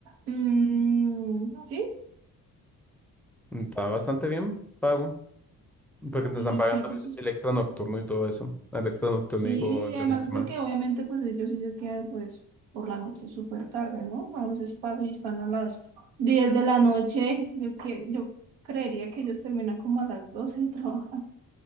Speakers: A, on the right; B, in the centre.
A: Mm, sí,
B: Mm, Está bastante bien pago. Porque te
A: y
B: están
A: yo
B: pagando
A: decía, pues,
B: el,
A: es-
B: el extra nocturno y todo eso. El extra nocturno,
A: sí,
B: digo,
A: y
B: de
A: además
B: fin de semana.
A: porque obviamente pues ellos sí se quedan pues por la noche súper tarde, ¿no? A veces pasan y están a las 10 de la noche. Yo, que, yo creería que ellos terminan como a las 12 de trabajar.